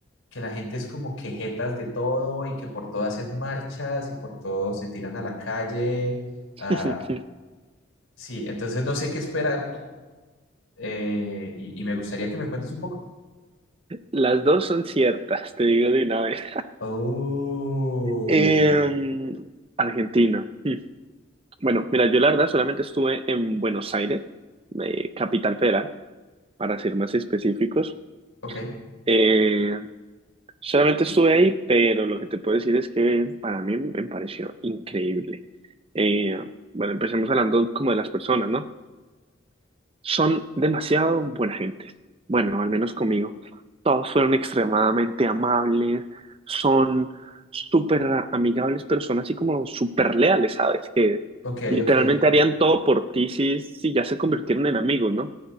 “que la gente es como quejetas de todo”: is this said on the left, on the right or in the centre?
Left